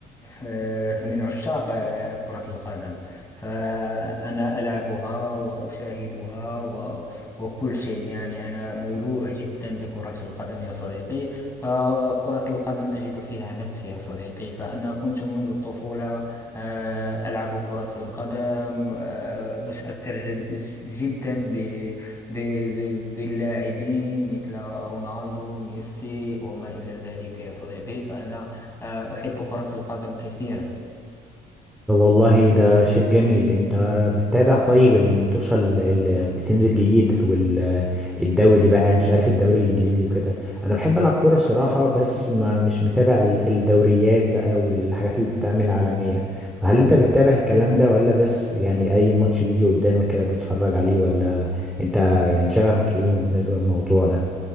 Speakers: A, on the left; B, in the centre.
A: آه، من عشاق آه، كرة القدم فأنا ألعبها وأشاهدها و... وكل شيء يعني أنا مولوع جدا بكرة القدم يا صديقي فكرة القدم أجد فيها نفسي يا صديقي فأنا كنت منذ الطفولة آه، ألعب كرة القدم آه، متأثر جد... جدا ب... ب... ب... باللاعبين مثل رونالدو ميسي وما إلى ذلك يا صديقي فأنا آه، أحب كرة القدم كثيرا
B: طب والله ده شيء جميل انت بتتابع طيب المطوشة اللي بتنزل جديد او ال- الدوري بقى مش عارف الدوري الانجليزي وكده انا بحب العب كورة الصراحة بس ما مش متابع ال- الدوريات بقى والحاجات اللي بتتعمل عالمية فهل انت بتتابع الكلام ده ولا بس يعني اي ماتش بيجي قدامك كده تتفرج عليه ولا انت يعني شغفك ايه بالنسبة للموضوع ده